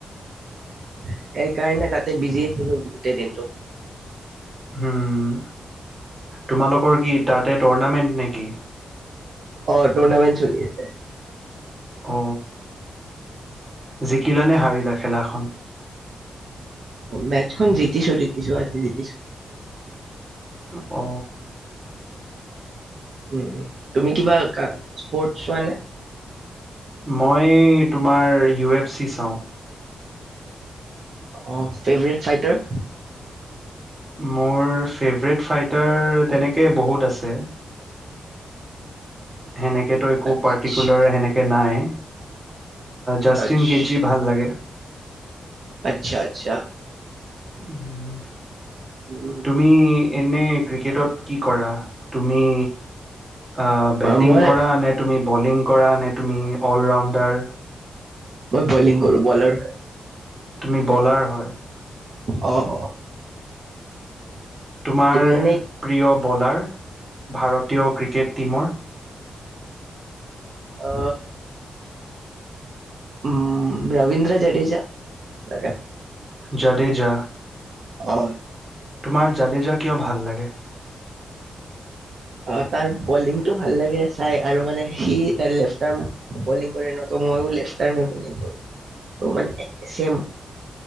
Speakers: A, on the right (about 55°); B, on the right (about 20°).
A: সেইকাৰণে তাতে বিজি আছিলো গোটেই দিনটো।
B: উম তোমালোকৰ কি তাতে টুৰ্ণামেন্ট নেকি?
A: অ টুৰ্নামেট চলি আছে।
B: অ, জিকিলা নে হাৰিলা খেলাখন?
A: মেচখন জিকিছো জিকিছো আজি জিকিছোঁ।
B: অ,
A: উ তুমি কিবা স্পৰ্ট হোৱা নে?
B: মই তোমাৰ ইউ এফ চি চাওঁ।
A: অ ফেভৰেট ফাইটাৰ
B: মোৰ ফেভৰেট ফাইটাৰ তেনেকৈ বহুত আছে। সেনেকেতো একো
A: আচ্ছা
B: পাৰ্টিকুলাৰ সেনেকে নাই জাষ্টিন
A: আচ্ছা
B: কেজি ভাল লাগে
A: আচ্ছা! আচ্ছা!
B: উম।
A: উম।
B: তুমি এনেই ক্ৰিকেটত কি কৰা তুমি? অ বেটিং
A: আহ, মই
B: কৰা নে তুমি বলিং কৰা নে তুমি অল ৰাউণ্ডাৰ
A: মই বলিং কৰো বলাৰ হয়
B: তুমি বলাৰ হয়
A: অ, অ,
B: তোমাৰ
A: তুমি এনেই
B: প্ৰিয় বলাৰ ভাৰতীয় ক্ৰিকেট টীমৰ
A: অ, উম ৰবীন্দ্ৰ জডেজা চাগে
B: জডেজা
A: অ,
B: তোমাৰ যাদে যা কিয় ভাল লাগে?
A: অ তাৰ বলিং টো ভাল লাগে চাই আৰু মানে সি লেফটাৰ কৰে নত মই লেফটাৰে টাৰ্মে বলিং ত মানে একে চেম